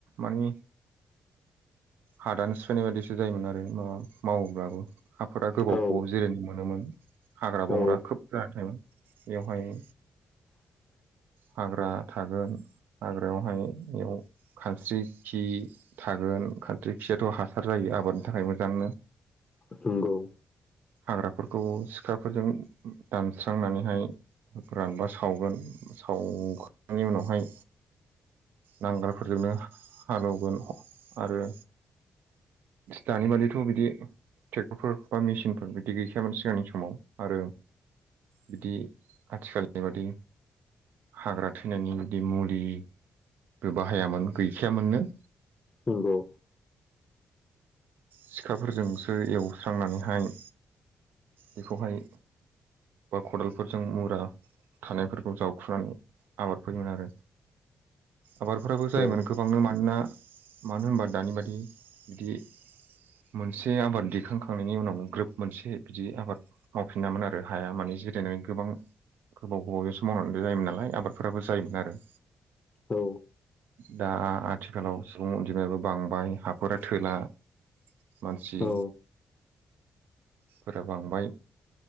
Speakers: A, on the right (about 85°); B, on the left (about 30°).
A: मानि हादानो सफैनाय बायदिसो जायोमोन आरो माव माब्लाबो हाफोर गोबाव
B: औ
A: गोबाव जिरायनो मोनोमोन हाग्रा
B: औ
A: बंग्रा खोब जाना थायोमोन बेवहाय
B: <inaudible>
A: हाग्रा थागोन हाग्रायावहाय बेयाव खानस्रि खि थागोन खान स्रि खियाथ' हासार जायो आबादनि थाखाय मोजांनो
B: नंगौ
A: हाग्राफोरखौ सिखाफोरजों दानस्रांनानैहाय रानबा सावगोन सावखांनायनि उनावहाय नांगालफोरजोंनो हालेवगोन आरो दानि बादिथ' बिदि ट्रेक्टरफोर बा मेसिनफोर बिदि गैखायामोन सिगांनि समाव आरो बिदि आथिखाल बादि हाग्रा थैनायनि बिदि मुलि बो बाहायामोन गैखायामोननो
B: नंगौ
A: सिखाफोरजोंसो एवस्रांनानैहाय बेखौहाय बा खदालफोरजों मुरा थानायफोरखौ जावखुनानै आबाद फोयोमोन आरो आबादफोराबो जायोमोन
B: औ
A: गोबांनो मानोना मानो होनबा दानि बादि बिदि मोनसे आबाद दिखांखांनायनि उनावनो ग्रोब मोनसे बिदि आबाद मावफिनामोन आरो हाया माने जिरायनानै गोबां गोबाव गोबावजोंसो मावनानै जायोमोन नालाय आबादफोराबो जायोमोन आरो
B: औ
A: दा आथिखालाव सुबुं अनजिमायाबो बांबाय हाफोरा थोला मानसि
B: औ
A: फोरा बांबाय